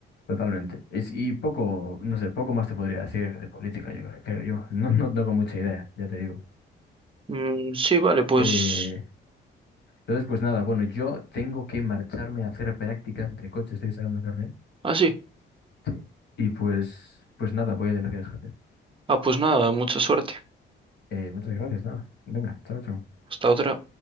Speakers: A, on the left; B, on the right.
A: Totalmente. Es- y poco, no sé, poco más te podría decir de política, yo creo, creo yo. <laughs> No, no tengo mucha idea, ya te digo.
B: Mm, sí, vale, pues...
A: Eh, entonces, pues nada, bueno, yo tengo que marcharme a hacer prácticas de coche, estoy sacando el carnet.
B: Ah, sí.
A: Sí. Y pues, pues nada, voy a tener que dejar.
B: Ah, pues nada, mucha suerte.
A: Eh, muchas gracias, nada. Venga, chao, chao.
B: Hasta otra.